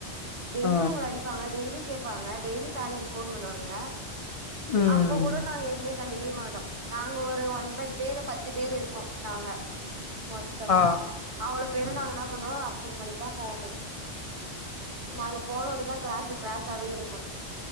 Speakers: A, on the right; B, on the left.
A: டெய்லி
B: ஆ
A: எங்க அடிப்பாங்க டெய்லி கேப் இருப்பாங்க டெய்லி பேரண்டஸ் ஃபோன் பண்ணுவாங்க
B: ம்
A: அப்போ கூட நான் எதுவுமே கண்டுக <unintelligible> நாங்க ஒரு ஒன்பது பேர் பத்து பேர் இருக்கோம். நாங்க மொத்தமா.
B: ஆ
A: அவ்ளோ <unintelligible> என்ன பண்ணுவோம் <unintelligible> மணி தா போவோமே. நாங்க போனோன்னதா கிளாஸு கிளாஸாவே இருக்கும்.